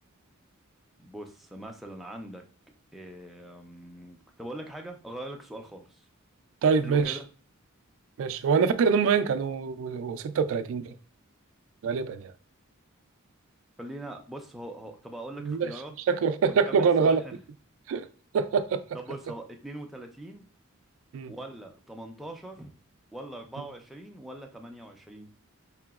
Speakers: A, in the centre; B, on the right.
A: بص مثلا عندك إيه... أم، طب اقول لك حاجة اغير لك السؤال خالص
B: طيب
A: حلو
B: ماشي
A: كده
B: ماشي هو انا فاكر ان هم باين كانوا 36 باين غالبا يعني
A: خلينا بص هو هو طب اقول لك
B: ماشي
A: اختيارات
B: شكله <laughs>
A: ونكمل
B: شكله كان
A: السؤال
B: غلط
A: <laughs>
B: <laughs>
A: طب بص هو 32
B: مم.
A: ولا 18 ولا 24
B: مم.
A: ولا 28